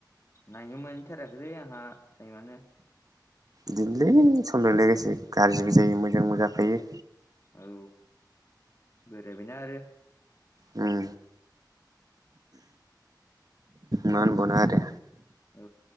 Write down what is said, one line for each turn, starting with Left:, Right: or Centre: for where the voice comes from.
Left: नायनो मोनथाराखैलै आंहा टाइमानो।
Right: बिदिनोलै समलजों लोगोसे गाज्रिबो जायो मोजांबो जाखायो।
Left: औ बोरायबायना आरो।
Right: उम मा‌ होनबानो आरो।
Left: औ।